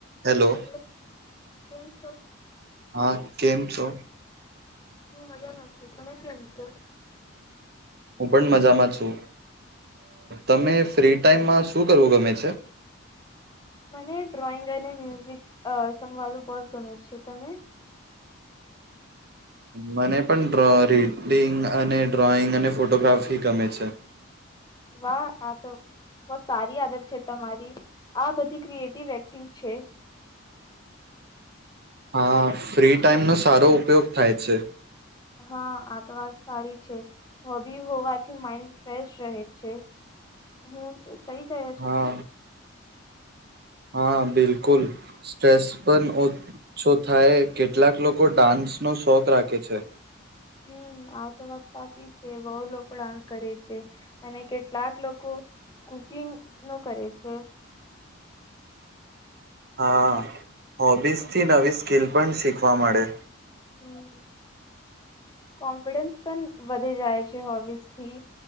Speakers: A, on the right; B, on the left.
A: Hello.
B: Hello કેમ છો?
A: હા, કેમ છો?
B: હું મજામાં છું, તમે કેમ છો?
A: હું પણ મજામાં છું, તમને ફ્રી ટાઈમમાં શું કરવું ગમે છે?
B: મને ડ્રોઈંગ અને મ્યુઝિક. સાંભળવાનું બહુ ગમે છે. તમે.
A: મને પણ રીડિંગ અને ડ્રોઈંગ અને ફોટોગ્રાફી ગમે છે.
B: વાહ, આ તો. સારી આદત છે તમારી. આ બધી ક્રિએટિવ એક્ટિવ છે.
A: હા, ફ્રી ટાઈમનો સારો ઉપયોગ થાય છે.
B: હા આ તો વાત સારી છે, હોબી હોવાથી માઈન્ડ ફ્રેશ રહે છે. હું થઈ ગયા છે
A: હા
B: ને?
A: હા, બિલકુલ સ્ટ્રેસ પણ ઓછો થાય. કેટલાક લોકો ડાન્સનો શોખ રાખે છે.
B: હમ, આ તો વાત સાચી છે. બહુ લોકો ડાન્સ કરે છે અને કેટલાક લોકો કુકિંગ નુ કરે છે.
A: હા, હોબીસ થી નવી સ્કીલ. પણ શીખવા મળે.
B: હમ. કોન્ફિડેન્સ. પણ વધે જાય છે, હોબીસથી